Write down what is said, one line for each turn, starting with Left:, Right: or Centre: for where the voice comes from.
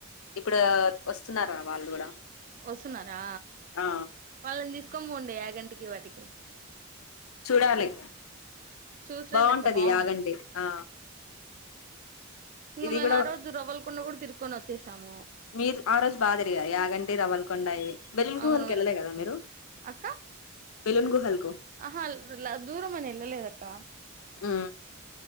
Left: ఇప్పుడు వస్తున్నారా వాళ్ళు కూడా
Right: వస్తున్నారా
Left: ఆ
Right: వాళ్ళని తీస్క్ కొమ్ము ఉండే యాగంటికి వాటికి
Left: చూడాలి
Right: చూసి రండి
Left: బాగుంటది
Right: అక్క బాగుంది
Left: యాగండి ఆ
Right: ఇగ
Left: ఇది
Right: మేము
Left: కూడా
Right: ఆరోజు రవ్వలకొండ కూడా తిరిగి కొని వచ్చేసాము
Left: మీరు ఆ రోజు బాగా తిరిగా యాగంటి రవ్వల్కొండ ఇవి బెలూన్
Right: అవును
Left: కావ్కి వెళ్ళలేద మీరు
Right: అక్క
Left: బెలూన్ గుహల్
Right: ఆహా దూరం అని వెళ్ళలేదక్క
Left: ఉ